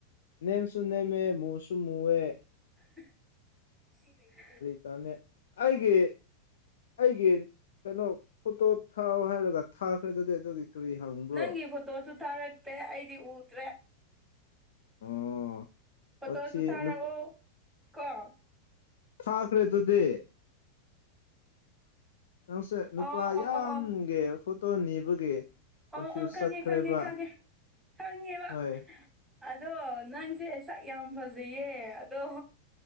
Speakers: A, on the left; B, in the centre.
A: ꯅꯦꯝꯁꯨ ꯅꯦꯝꯃꯦ ꯃꯨꯁꯨ ꯃꯨꯌꯦ
B: <unintelligible>
A: ꯇꯅꯦ ꯑꯩꯒꯤ꯫ ꯑꯩꯒꯤ ꯀꯩꯅꯣ ꯐꯣꯇꯣ ꯊꯥꯎ ꯍꯥꯏꯔꯒ ꯊꯥꯈ꯭ꯔꯦ ꯑꯗꯨꯗꯤ ꯑꯗꯨꯒꯤ ꯀꯔꯤ ꯍꯪꯕ꯭ꯔꯣ
B: ꯅꯪꯒꯤ ꯐꯣꯇꯣꯁꯨ ꯊꯥꯔꯛꯇꯦ ꯑꯩꯗꯤ ꯎꯇꯗ꯭ꯔꯦ
A: ꯑꯣ
B: ꯐꯣꯇꯣꯁꯨ
A: ꯋꯥꯊꯤ
B: ꯊꯥꯔꯛꯑꯣ
A: ꯅꯨ
B: ꯀꯣ
A: ꯊꯥꯈꯔꯦ ꯗꯨꯗꯤ ꯅꯪꯁꯦ ꯅꯨꯄꯥ
B: ꯑꯣ ꯑꯣ
A: ꯌꯥꯝꯒꯦ
B: ꯑꯣ ꯑꯣ
A: ꯐꯣꯇꯣ ꯅꯤꯕꯒꯤ꯫ ꯀꯣꯟꯐ꯭ꯌꯨꯁ
B: ꯑꯣ ꯑꯣ ꯈꯪꯉꯦ
A: ꯆꯠꯈ꯭ꯔꯦꯕ
B: ꯈꯪꯉꯦ ꯈꯪꯉꯦ ꯈꯪꯉꯦꯕ꯫
A: ꯍꯣꯏ
B: ꯑꯗꯣ ꯅꯪꯁꯦ ꯁꯛ ꯌꯥꯝ ꯐꯖꯩꯌꯦ ꯑꯗꯣ